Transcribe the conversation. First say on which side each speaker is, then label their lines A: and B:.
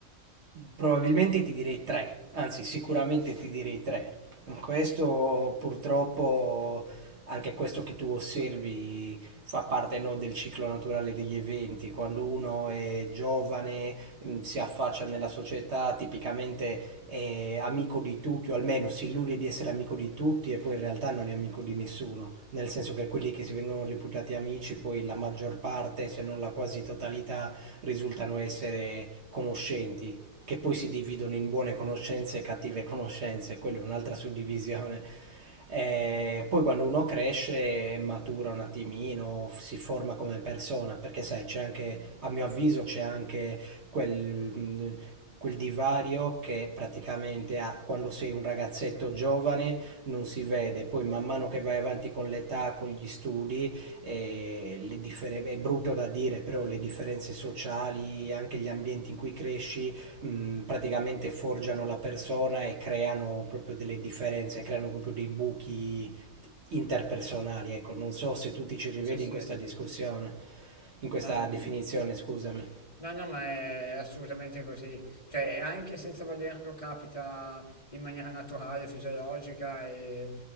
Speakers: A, on the right; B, on the left.
A: Probabilmente ti direi tre, anzi sicuramente ti direi tre. Questo purtroppo, anche questo che tu osservi, fa parte no, del ciclo naturale degli eventi. Quando uno è giovane, mh, si affaccia nella società, tipicamente è amico di tutti, o almeno si illude di essere amico di tutti e poi in realtà non è amico di nessuno. Nel senso che quelli che si vengono reputati amici, poi la maggior parte, se non la quasi totalità, risultano essere conoscenti che poi si dividono in buone conoscenze e cattive conoscenze, quella è un'altra suddivisione. E poi quando uno cresce matura un attimino, si forma come persona, perché sai, c'è anche, a mio avviso, c'è anche quel, quel divario che praticamente ha- quando sei un ragazzetto giovane non si vede, poi man mano che vai avanti con l'età, con gli studi, eh, le differ- è brutto da dire, però le differenze sociali, anche gli ambienti in cui cresci, mh, praticamente forgiano la persona e creano proprio delle differenze, creano proprio dei buchi interpersonali. Ecco, non so se tu ti ci rivedi
B: Sì, sì,
A: in questa discussione, in questa
B: no, no,
A: definizione,
B: no.
A: scusami.
B: No, no, ma è assolutamente così. Cioè, anche senza volerlo capita in maniera naturale, fisiologica e,